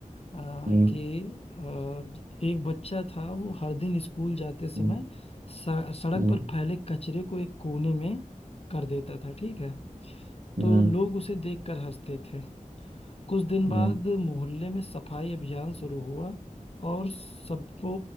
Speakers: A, on the left; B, on the right.
A: आ,
B: हम्म
A: कि आ, एक बच्चा था वो हर दिन स्कूल जाते समय
B: हम्म
A: स- सड़क
B: हम्म
A: पर फैले कचरे को एक कोने में कर देता था ठीक है
B: हम्म
A: तो लोग उसे देखकर हंसते थे कुछ दिन बाद
B: हम्म
A: मोहल्ले में सफाई अभियान शुरू हुआ और सबको